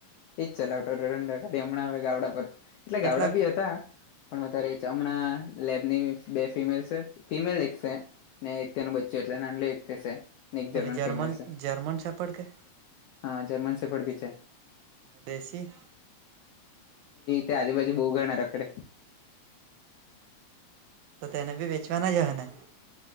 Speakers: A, on the left; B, on the right.
A: એજ ચલાવ. ગાડી હમણાં આવે ગડા પર એટલે
B: કેટલા
A: ગાવડા બી હતા. પણ વધારે જ હમણાં લેબની બે ફિમેલ છે ફિમેલ એક છે. ને એક તેનું બચ્ચું એટલે નાનલી એક તે છે. ને એક
B: પહેલે જર્મન
A: ફિમેલ છે
B: જર્મન <unintelligible> કે.
A: હા જર્મન સેફડ બી છેે.
B: દેશી.
A: તે આજુબાજુ બહુ ગનાર આખે.
B: તો તેને ભી વેચવાના જ હને.